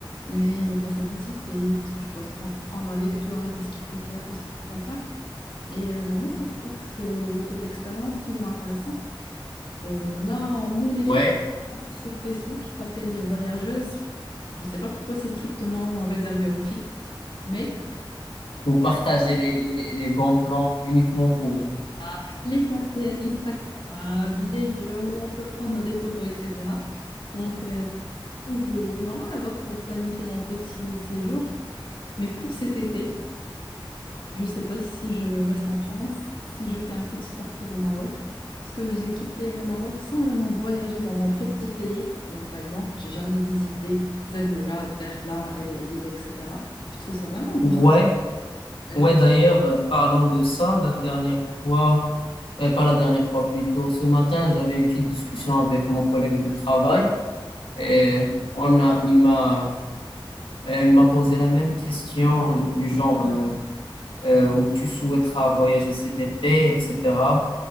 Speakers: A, on the left; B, on the left.
A: Mais les places à visiter, qu'est-ce que tu dois te prendre avec toi, qu'est-ce qu'il faut faire, qu'est-ce qu'il ne faut pas faire. Et euh, vraiment, je trouve ce retour d'expérience toujours intéressant. Euh, là, nous, les
B: ouais.
A: filles, on a un groupe sur Facebook qui s'appelle Les Voyageuses. Je ne sais pas pourquoi c'est strictement réservé aux filles, mais...
B: Vous partagez les, les, les bons plans uniquement pour vous.
A: Ah, les cafés Instagrammables, les lieux où on peut prendre des photos, etc. Donc, euh, je, je me rends là-bas pour planifier mon petit séjour. Mais pour cet été, je ne sais pas si je reste en France, si je fais un petit parcours au Maroc, parce que j'ai quitté le Maroc sans vraiment voyager dans mon propre pays. Donc, par exemple, j'ai jamais visité Zagora, Dakhla, Agadir, etc. Je trouve ça vraiment dommage.
B: Ouais,
A: Et
B: ouais,
A: donc,
B: d'ailleurs, euh, parlant de ça, la dernière fois, euh, pas la dernière fois, plutôt, ce matin, j'avais une petite discussion avec mon collègue de travail et on a, il m'a Euh, il m'a posé la même question du genre euh, euh, où tu souhaiteras voyager cet été, etc.